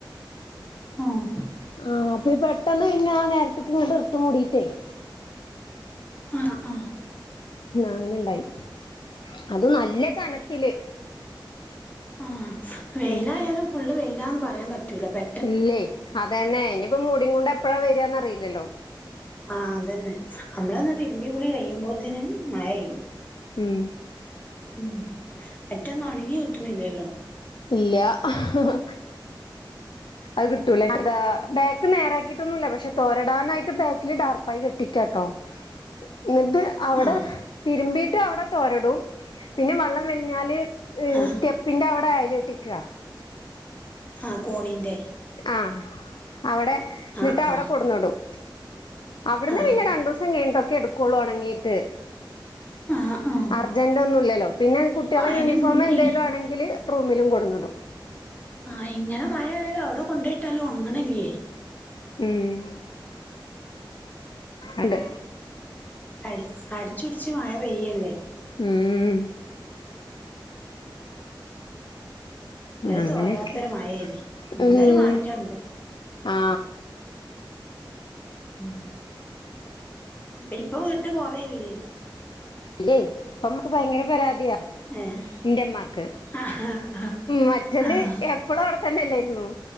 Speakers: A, on the left (about 20°); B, on the left (about 70°).
A: ആഹ്
B: ആഹ് അപ്പൊ പെട്ടെന്ന് പിന്നെ ആ നേരത്ത്ക്ക്ങ്ങട്ട് ഇർട്ട് മൂടിയിട്ടേയ്.
A: ആ ആ
B: അങ്ങനെണ്ടായി അതും നല്ല കനത്തില്.
A: ആ വെയിലായാലും
B: ഉം
A: ഫുള്ള് വെയിലാന്ന് പറയാൻ പറ്റൂല പെ
B: ഇല്ലേയ് അതന്നെ ഇനിയിപ്പൊ മൂടിങ്ങോണ്ട് എപ്പഴാ വരുകാന്നറിയില്ലല്ലോ.
A: ആഹ് അതന്നെ നമ്മളൊന്ന് തിരുമ്പികുളി കയ്യുമ്പോത്തിനും മഴെയെയ്യും.
B: ഉം
A: ഉം അറ്റൊന്നൊണങ്ങി കിട്ടണില്ലല്ലോ
B: ഇല്ല്യ ഇഹ്ഹ്ഹ് അത് കിട്ടൂലാ <inaudible> ബാക്ക് നേരാക്കിട്ടൊന്നുല്ല, പഷെ തോരടാനായിട്ട് ബാക്കില് ഡാർപ്പായി കെട്ടിക്കാട്ടോ.
A: <inaudible>
B: ന്നിട്ട് അവടെ
A: ആഹ്
B: തിരുമ്പീട്ട് അവടെ തോരടും പിന്നെ വള്ളം വലിഞ്ഞാല് ഏഹ്
A: ആഹ്
B: സ്റ്റെപ്പിന്റെ അവടെ അയല് കെട്ടിക്കാ.
A: ഹാ കോണീന്റെ
B: ആ അവടെ ന്നിട്ട്
A: ആഹ്
B: അവടെ
A: ആഹ്
B: കൊട്ന്നിടും. അവിടന്ന്
A: ആഹ്
B: പിന്നെ രണ്ടൂസം കഴിഞ്ഞിട്ടൊക്കെ എടുക്കൊള്ളൂ ഒണങ്ങീട്ട്.
A: ആഹ് ആഹ്
B: അർജന്റൊന്നുമില്ലല്ലോ പിന്നെ കുട്ടേളെ
A: അയിന്
B: യൂണിഫോം എന്തേലുമാണെങ്കില്
A: ഈ
B: റൂമിലും കൊടുന്നിടും.
A: ആ ഇങ്ങനെ മഴയയാലും അവടെ കൊണ്ടെയിട്ടാലും ഒണങ്ങണില്ലേ
B: ഉം ആണ്ട്
A: അടി അടിച്ചൊടിച്ച് മഴ പെയ്യല്ലേ
B: ഉം
A: ഒരു
B: അങ്ങനെയൊക്കെ
A: തോരാത്തൊരു മഴേനി ഇന്നൊരു
B: ഉം
A: മാറ്റണ്ട്
B: ആ
A: <inaudible> ഇപ്പൊ വിട്ട് പോവല്ലേ
B: ഇല്ലേ ഇപ്പമ്മക്ക് ഭയങ്കര പരാതിയാ.
A: ഏഹ്
B: ന്റെമ്മാക്ക്
A: ആഹ് ആഹ്
B: മറ്റത്
A: ആഹ്
B: എപ്പ് പ്പളും അവടെതന്നെല്ലെരുന്നു